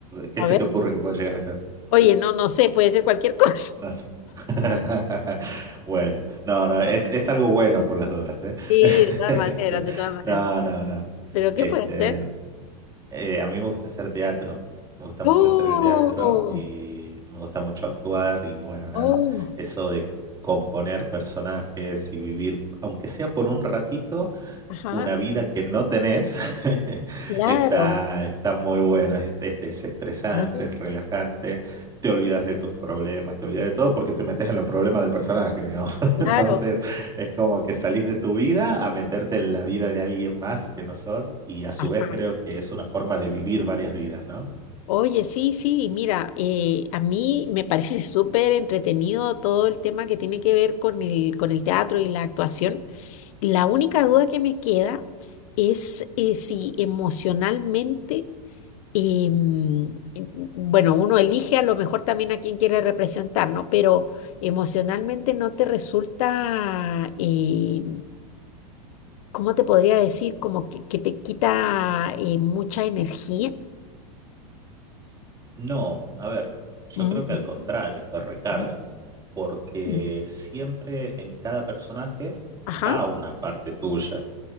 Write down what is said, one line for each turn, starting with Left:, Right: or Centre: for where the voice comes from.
Right: ¿Qué
Left: a
Right: se
Left: ver,
Right: te ocurre que pueda llegar a ser?
Left: oye, no, no sé, puede ser cualquier cosa.
Right: No
Left: <laughs>
Right: sé. <laughs> Bueno, no, no, es, es algo bueno por las dudas, ¿eh?
Left: Sí,
Right: <laughs>
Left: de todas maneras,
Right: Este,
Left: de todas maneras.
Right: no, no, no.
Left: ¿Pero
Right: Este,
Left: qué puede ser?
Right: eh, a mí me gusta hacer teatro. Me gusta mucho
Left: Oh,
Right: hacer el teatro y me gusta mucho actuar y bueno, nada,
Left: oh,
Right: eso de componer personajes y vivir, aunque sea por un ratito
Left: ajá,
Right: una vida que no tenés, <laughs>
Left: claro,
Right: está, está muy bueno, es, es desestresante,
Left: ah,
Right: es relajante, te olvidas de tus problemas, te olvidas de todo porque te metes en los problemas del personaje, digamos. <laughs>
Left: claro,
Right: Entonces es como que salís de tu vida a meterte en la vida de alguien más que no sos y a su
Left: ajá,
Right: vez creo que es una forma de vivir varias vidas, ¿no?
Left: Oye, sí, sí, mira, eh, a mí me parece súper entretenido todo el tema que tiene que ver con el, con el teatro y la actuación. La única duda que me queda es eh, si emocionalmente, eh, mm, eh, bueno, uno elige a lo mejor también a quién quiere representar, ¿no? Pero emocionalmente no te resulta, eh, ¿cómo te podría decir? Como que, que te quita eh, mucha energía.
Right: No, a ver, yo
Left: Mm,
Right: creo que al contrario, te recarga,
Left: mm.
Right: porque
Left: mm.
Right: siempre en cada personaje
Left: Ajá.
Right: va una parte tuya.